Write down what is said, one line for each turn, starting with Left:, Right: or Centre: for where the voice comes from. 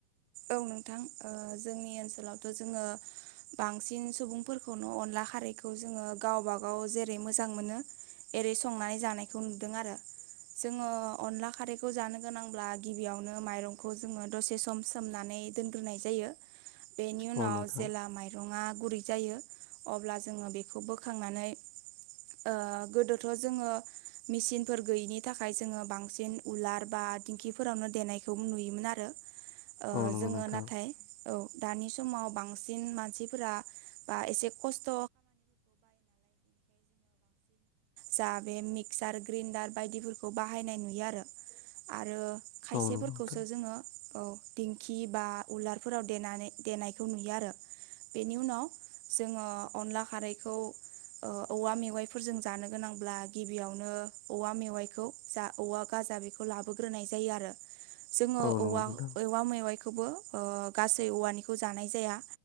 Right: औ नोंथां जोंनि ओनसोलावथ' जोङो बांसिन सुबुंफोरखौनो अनला खारैखौ जोङो गावबाागाव जेरै मोजां मोनो। एरै संनानै जानायखौ नुदों आरो जोंओ अनला खारैखौ जानो गोनांब्ला गिबियावनो माइरं जोंडो दसे सम सोमनानै दोनगोरनाय जायो बेनि उनाव
Left: औ नोंथां
Right: जेला माइरं माइरङा गुरै जायो अब्ला जोङो बेखौ बोखांनानै ओ गोदोथ' जोङो मेसिनफोर गैयैनि थाखाय जोंडो बांसिन उलार बा थिंखिफोरावनो देनायखौ नुयोमोन आरो।
Left: औ नंगौ
Right: जोङो
Left: नोंथां
Right: नाथाय औ दानि समाव बांसिन मानसिफोरा बा एसे खस्थ' जा बे मिक्सार ग्रेन्डार बायदिफोरखौ बाहायनाय नुयो आरो। आरो खायसेफोरखौसो
Left: औ नंगौ नोंथां
Right: जोङो औ। दिंखि बा उलारफोराव देनानै देनायखौ नुयो आरो। बेनि उनाव जोङो अनला खारैखौ औवा मेवाइफोरजों जानो गोनांब्ला गिबियावनो औवा मेवाइखौ जा औवा गाजा बेखौ लाबोग्रोनाय जायो आरो जोङो
Left: औ नंगौ
Right: औवा
Left: नोंथां
Right: औवा मेवाइखौबो ओ गासै औवानिखौ जानाय जाया,